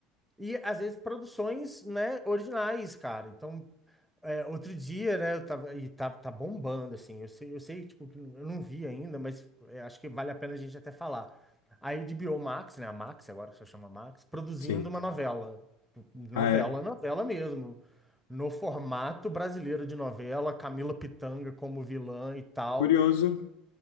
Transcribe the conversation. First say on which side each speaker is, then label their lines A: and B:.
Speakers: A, in the centre; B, on the left (about 80°).
A: E às vezes produções, né, originais, cara. Então, é, outro dia, né, eu tava, e tá, tá bombando, assim. Eu sei, eu sei, tipo, que eu não vi ainda, mas é, acho que vale a pena a gente até falar. aí A HBO Max, né, a Max, agora só chama Max, produzindo
B: Sim.
A: uma novela. Novela,
B: Ah, é?
A: novela mesmo. No formato brasileiro de novela, Camila Pitanga como vilã e tal.
B: Curioso.